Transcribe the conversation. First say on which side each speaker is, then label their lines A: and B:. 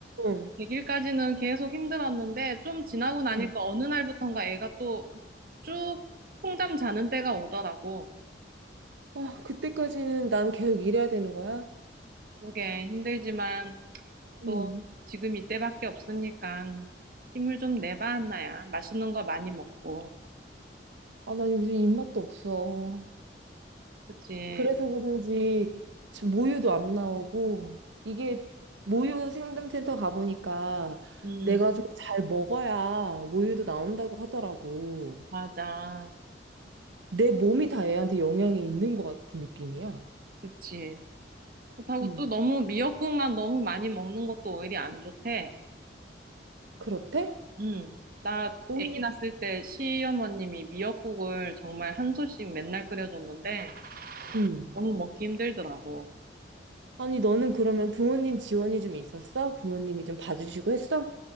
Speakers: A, on the right; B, on the right.
A: 응.
B: 100일까지는 계속 힘들었는데 좀 지나고 나니까
A: 응.
B: 어느 날부턴가 애가 또 쭉 통잠 자는 때가 오더라고.
A: 아, 그때까지는 난 계속 일해야 되는 거야?
B: 그러게 힘들지만
A: 응
B: 또 지금 이때밖에 없으니까 힘을 좀 내봐, 한나야. 맛있는 거 많이 먹고.
A: 아, 난 요즘 입맛도 없어.
B: 그치?
A: 그래서 그런지 지금 모유도 안 나오고 이게 모유 생담센터 가보니까
B: 음,
A: 내가 좀 잘 먹어야 모유도 나온다고 하더라고.
B: 맞아.
A: 내 몸이 다 얘한테 영향이 있는 것 같은 느낌이야.
B: 그치. 그렇다고
A: 음.
B: 또 너무 미역국만 너무 많이 먹는 것도 오히려 안 좋대.
A: 그렇대?
B: 음, 나
A: 오히려,
B: 아기 낳았을 때 시어머님이 미역국을 정말 한 소씩 맨날 끓여줬는데
A: 음.
B: 너무 먹기 힘들더라고.
A: 아니, 너는 그러면 부모님 지원이 좀 있었어? 부모님이 좀 봐주시고 했어?